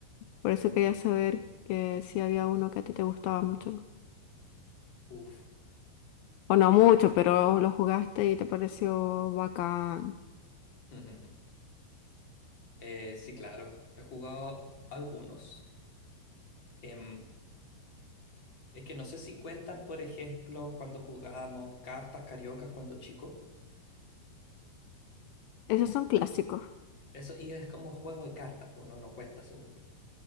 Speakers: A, on the left (about 80°); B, on the left (about 25°).
A: Por eso quería saber que si había uno que a ti te gustaba mucho.
B: Uf.
A: O no
B: em,
A: mucho, pero lo jugaste y te pareció bacán.
B: <laughs> eh, sí, claro. He jugado algunos. Em, es que no sé si cuentan, por ejemplo, cuando jugábamos cartas cariocas cuando chico.
A: Esos son clásicos.
B: Eso y es como juego de cartas, pues no, no cuenta, según yo.